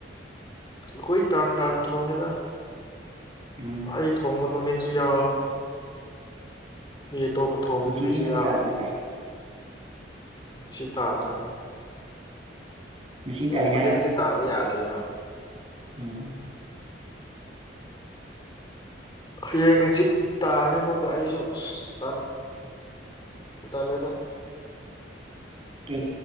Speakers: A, on the left; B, on the right.
A: ꯑꯩꯈꯣꯏ ꯇꯔꯟ ꯇꯔꯟ ꯊꯣꯡꯉꯦꯗ
B: ꯎꯝ
A: ꯑꯩ ꯊꯣꯡꯕ ꯅꯨꯃꯤꯠꯁꯨ ꯌꯥ ꯃꯤ ꯑꯇꯣꯞꯄ ꯊꯣꯡꯕ
B: ꯉꯁꯤꯗꯤ
A: ꯅꯨꯃꯤꯠꯁꯨ
B: ꯅꯪ
A: ꯌꯥ
B: ꯇꯥꯗ꯭ꯔꯦ
A: ꯉ ꯇꯥꯗꯦ
B: ꯉꯁꯤ
A: ꯅꯨꯃꯤꯠ
B: ꯇꯥꯏ
A: ꯈꯨꯗꯤꯡꯒꯤ ꯇꯥꯕ ꯌꯥꯗꯣꯏꯅꯣ
B: ꯍꯝ
A: ꯍꯌꯦꯡ ꯁꯤꯤꯠ ꯇꯥꯔꯅꯤ ꯑꯃꯨꯛꯀ ꯑꯩꯁꯨ ꯑꯁ ꯇꯂꯦꯗ
B: ꯀꯩ